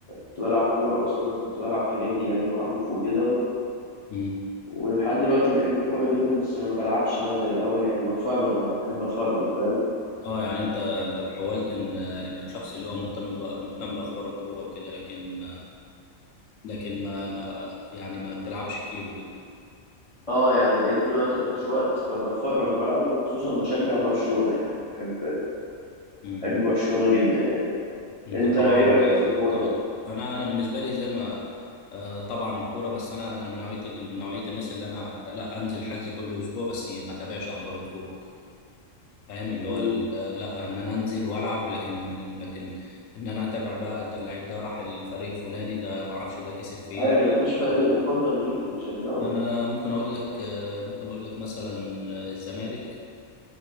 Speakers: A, on the left (about 45°); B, on the left (about 75°).
A: كنت بلعب كورة أصلا وكنت بلعب في نادي يعني معروف وكده
B: مم.
A: ولحد دلوقتي بحب الكورة جدا بس ما بلعبش بقى زي الأول يعني بتفرج بقى بحب أتفرج فاهم
B: اه يعني انت انت تحولت ان انك شخص اللي هو مهتم بقى مهتم باخبار الكورة وكده لكن لكن ما ما يعني ما بتلعبش كتير وكده
A: اه يعني بقيت دلوقتي مفيش وقت فبتفرج بقى وخصوصا بشجع برشلونة يعني بحب
B: مم.
A: بحب برشلونة جدا يعني
B: انت
A: أنت
B: طبعا
A: إيه
B: آه،
A: رأيك في الكورة
B: انت بت... انا انا بالنسبة لي زي ما آه، طبعا الكورة بس انا انا من نوعية ال- من نوعية الناس اللي انا لا انزل حجز كل اسبوع بس ما تابعش اخبار الكورة فاهم اللي
A: أصلا؟
B: هو ال- لا ان انا انزل والعب لكن لكن ان انا اتابع بقى ده اللعيب ده راح الفريق الفلاني ده ما اعرفش ده كسب في ايه
A: أيوة يعني مفيش فريق مفضل ليك بتشجعه؟
B: انا ممكن اقول لك ممكن اقول لك مثلا الزمالك